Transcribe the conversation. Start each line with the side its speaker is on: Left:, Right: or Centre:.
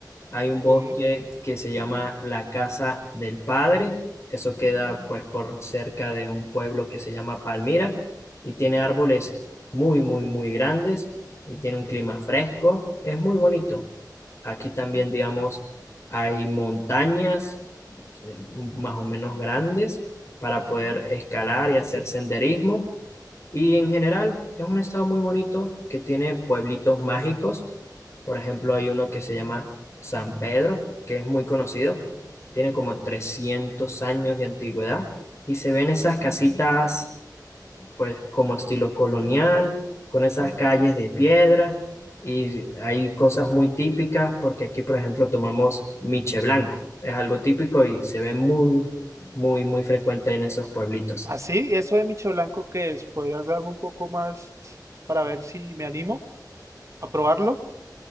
Left: Hay un bosque
Right: Sí.
Left: que se llama la Casa del Padre. Eso queda pues por cerca de un pueblo que se llama Palmira y tiene árboles muy, muy, muy grandes y tiene un clima fresco. Es muy bonito. Aquí también, digamos, hay montañas eh, más o menos grandes para poder escalar y hacer senderismo. Y en general es un estado muy bonito que tiene pueblitos mágicos. Por ejemplo, hay uno que se llama San Pedro, que es muy conocido. Tiene como 300 años de antigüedad y se ven esas casitas pues como estilo colonial, con esas calles de piedra y hay cosas muy típicas porque aquí, por ejemplo, tomamos miche blanco. Es algo típico y se ve muy, muy, muy frecuente en esos pueblitos.
Right: Así, eso de Micho Blanco, ¿qué es? ¿Podrías darme un poco más para ver si me animo a probarlo?